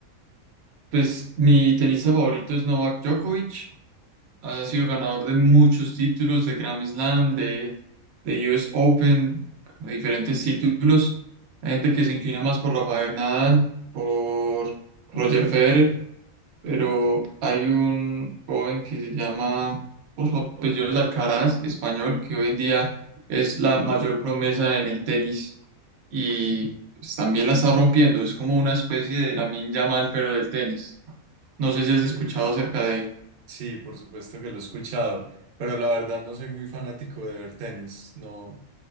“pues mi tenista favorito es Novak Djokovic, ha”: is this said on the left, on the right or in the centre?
Right